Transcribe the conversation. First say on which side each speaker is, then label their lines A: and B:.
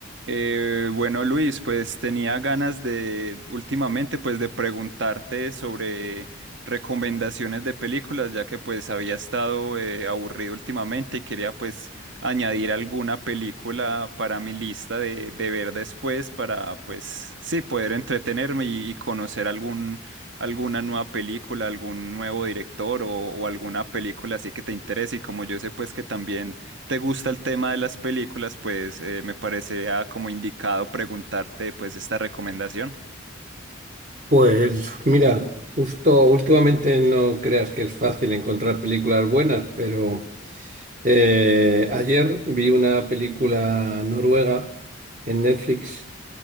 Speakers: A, on the right (about 65°); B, on the right (about 40°).
A: Eh, bueno, Luis, pues tenía ganas de últimamente pues de preguntarte sobre recomendaciones de películas, ya que pues había estado eh, aburrido últimamente y quería pues añadir alguna película para mi lista de, de ver después para pues sí poder entretenerme y, y conocer algún alguna nueva película, algún nuevo director o, o alguna película así que te interese y como yo sé pues que también te gusta el tema de las películas, pues eh, me parecería como indicado preguntarte pues esta recomendación.
B: Pues mira, justo últimamente no creas que es fácil encontrar películas buenas, pero eh, ayer vi una película noruega en Netflix